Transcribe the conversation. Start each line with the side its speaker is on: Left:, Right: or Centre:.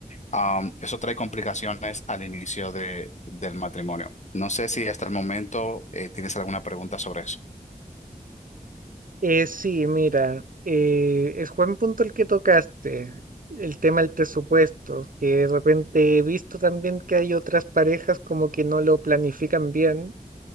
Left: am, eso trae complicaciones al inicio de, del matrimonio. No sé si hasta el momento eh, tienes alguna pregunta sobre eso.
Right: Eh, sí, mira, eh, es buen punto el que tocaste, el tema del presupuesto, que de repente he visto también que hay otras parejas como que no lo planifican bien